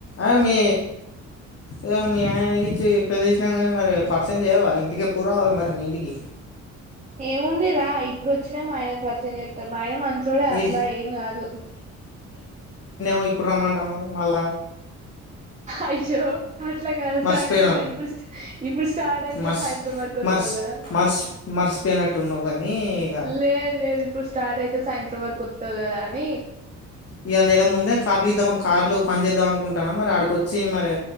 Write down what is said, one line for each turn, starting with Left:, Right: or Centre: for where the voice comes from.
Left: అ మీ ఇగ మీ ఇ ఇచ్చి పెళ్ళి చేసినా గానీ మరి పర్సెం జెవా ఇంటికి పూ రావాలి మరి మీ ఇంటికి
Right: ఏముంది రా ఇ ఇప్పుడు వచ్చినా ఆయనక్ పరిచయం చేస్తాం మ ఆయన మంచి చోడే అట్లా
Left: ఈ
Right: ఏం కాదు
Left: ఎప్పుడ్ రమ్మంటార్ మళ్ళ
Right: అయ్యో అట్లగాదు
Left: మర్చిపోయినా
Right: సాయంత్రం ఇప్పుడు ఇప్పుడు స్టార్ట్ అయితే
Left: మర్చి
Right: సాయంత్రం వరకి వస్తావు
Left: మర్చి మర్చి మర్చిపోయినట్టున్నావు కానీ ఇక
Right: లే లేదు ఇప్పుడు స్టార్ట్ అయితే సన్ కస్టమర్ కొత్త ద్ కదా అని
Left: ఇగ నెన్ ముందే కార్లు ఇద్దా కార్లు పని చేేద్దాం అనుకుంటాన్నా మార్ ఆడికొచ్చ వచ్చి మరి